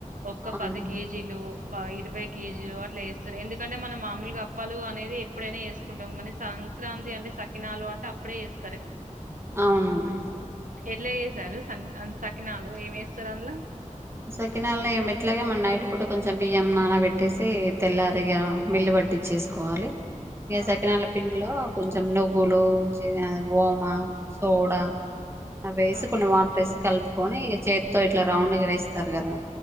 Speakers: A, on the right; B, on the right.
A: ఒక
B: అవును
A: పది కేజీలు ప ఇర్వాయి. కేజీలు అట్లా ఏస్తారు ఎందుకంటే మనం మాముల్గా అప్పాలు అనేది ఎప్పుడైనా ఏస్కుంటాం మల్లీ సంక్రాంతి అంటే. సకినాలు అంటే అప్పుడే చేస్.
B: అవును.
A: ఎట్లా ఏసారు సన్కి ఆన్ సకినాలు ఏం ఏస్తారు అంద్లా.
B: సకినాలు ఏమ్ ఇట్లాగే మన్ నైట్ పుట్టు కొంచెం బియ్యం నానబెట్టేస్తే తెల్లారిగా మిల్లి. పట్టించేస్కోవాలి. ఇగ
A: ఆ
B: సకినాల పిండిలో కొంచెం నువ్వులు చే ఓమ. సోడా అవేసి
A: ఆ
B: కొన్ని వాటర్ ఏసి కలుపుకొని ఇగ చేత్తో ఇట్లా రౌండ్ గా వేస్త్. కదా